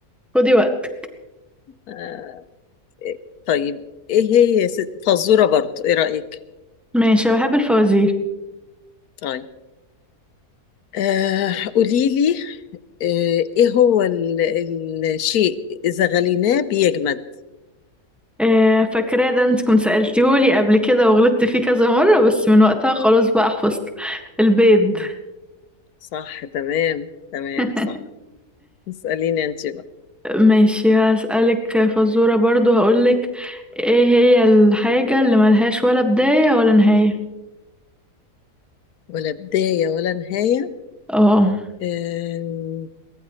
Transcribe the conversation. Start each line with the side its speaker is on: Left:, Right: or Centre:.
Centre: خدي وقت
Left: آه، طيب ايه هي يا ست فزورة برضو ايه رأيك
Centre: ماشي أنا بحب الفوازير
Left: طيب آه قولي لي آه ايه هو ال... الشيء اذا غليناه بيجمد
Centre: آه، فاكراه ده انت كنت سألتيهولي قبل كده وغلطت فيه كذا مرة بس من وقتها خلاص بقى حفظت البيض
Left: مم. صح تمام تمام
Centre: <laughs>
Left: صح اسأليني انت بقى
Centre: ماشي هسألك فزورة برضو هقولك ايه هي الحاجة اللي ملهاش ولا بداية ولا نهاية
Left: ولا بداية ولا نهاية
Centre: اه
Left: آه